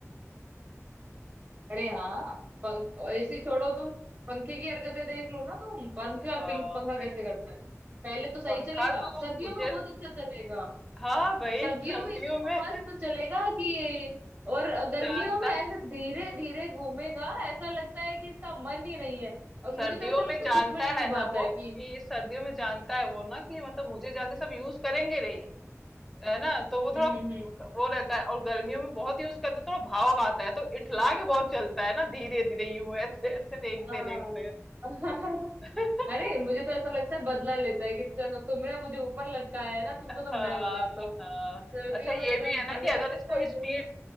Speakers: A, on the right (about 45°); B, in the centre.
A: अरे हाँ पंख ऐसी छोड़ो तुम पंखे की हरकतें देख लो ना तुम पंखा
B: हाँ
A: पिंक पंखा कैसे
B: यार,
A: करता है पहले तो सही
B: पंखा
A: चलेगा
B: तो
A: सर्दियों
B: मुझे
A: में बहुत अच्छा चलेगा
B: हाँ भाई
A: सर्दियों
B: सर्दियों
A: में इतना
B: में
A: मस्त
B: <laughs>
A: चलेगा कि और गर्मियों
B: जानता
A: में ऐसा धीरे धीरे घूमेगा ऐसा लगता है कि इसका मन ही नहीं है और मुझे
B: सर्दियों
A: तो ऐसा लगता
B: में जानता
A: है दुश्मन ही निभाता
B: है ना वो
A: है कि
B: कि सर्दियों में जानता है वो ना कि मतलब मुझे ज्यादा सब यूज करेंगे नहीं है ना तो वो थोड़ा
A: हम्म हम्म हम्म
B: वो रहता है और गर्मियों में बहुत यूज करते हैं, थोड़ा भाव आता है तो इठला के बहुत चलता है ना धीरे धीरे यूं ऐसे ऐसे रेंगते
A: हाँ
B: रेंगते
A: <laughs>
B: <laughs>
A: अरे मुझे तो ऐसा लगता है बदला लेता है कि चलो तुमने मुझे ऊपर लटकाया है ना तुमको
B: हाँ
A: तो मैं बताता हूँ
B: हाँ
A: सर्दियों
B: अच्छा ये
A: में एकदम
B: भी है
A: ठंड
B: ना कि अगर
A: कर देता
B: इसको
A: है
B: स्पीड
A: जो